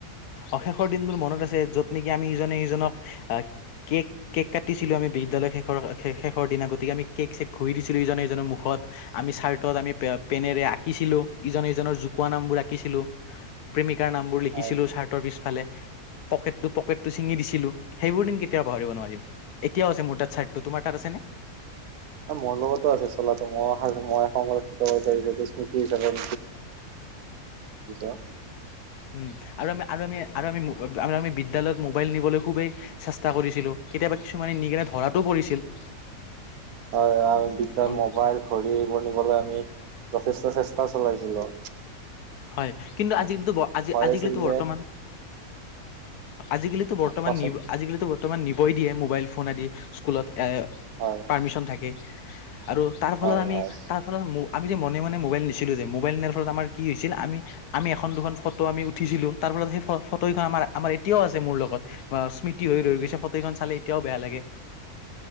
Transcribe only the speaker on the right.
হয়
এ মৰ লগতো আছে চোলাটো মই মই সংৰক্ষিত কৰি <unintelligible> স্মৃতি হিচাপে। <unintelligible> <inaudible>
হয় আমি ভিতৰত
ম'বাইল ঘড়ী এইবোৰ নিবলে আমি যথেষ্ট চেষ্টা চলাইছিলোঁ।
আছিল যে
কোৱাচোন
হয়
হয়
হয়।